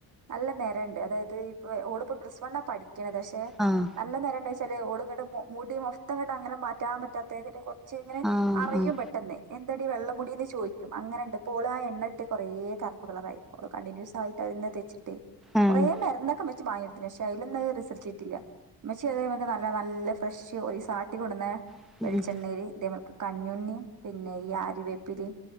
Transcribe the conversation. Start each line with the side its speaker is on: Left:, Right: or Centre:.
Right: നല്ല നെരണ്ട് അതായത് ഇപ്പൊ ഓള്പ്പ പ്ലസ് വണ്ണ പഠിക്കണത് ക്ഷെ ഏഹ്
Centre: ആഹ്
Right: നല്ല നെരണ്ട്ച്ചാല് ഓള്ങ്ങട്ട് മുടി മൊത്തങ്ങട്ട് അങ്ങനെ മാറ്റാൻ പറ്റാത്ത കൊ ച്ച് ഇങ്ങനെ
Centre: ആഹ്
Right: അറിയും
Centre: ആഹ്
Right: പെട്ടെന്ന് എന്തടി വെള്ളമുടിന്ന് ചോയിക്കും അങ്ങനെണ്ട് പ്പോള് ആഹ് എണ്ണട്ട് കുറെ കറപ്പ് കളറായിപ്പോ കണ്ടിന്യൂസ് ആയിട്ട് ആ അതിന്നെ തേച്ച്ട്ടെയ്
Centre: ആഹ്
Right: കൊറെേ മരുന്നൊക്കെ മെച്ച് മായത്തി പക്ഷേ അതിലൊന്നും റിസൾട്ട് കിട്ടില്ല മ്മച്ചി ഇതേ കണക്കു നല്ല നല്ല ഫ്രഷ് ഒരു സാട്ടി കൊടുന്ന
Centre: ആഹ്
Right: വെളിച്ചെണ്ണല് ഇതേമുക്ക് കഞ്ഞുണ്ണിയും പിന്നെ ഈ ആരിവേപ്പിലിം